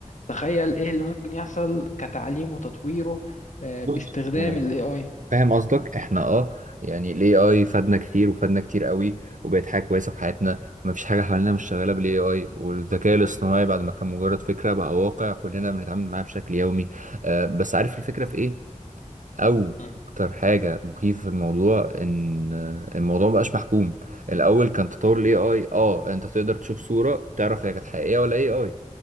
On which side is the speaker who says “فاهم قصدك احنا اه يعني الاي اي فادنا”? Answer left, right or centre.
Right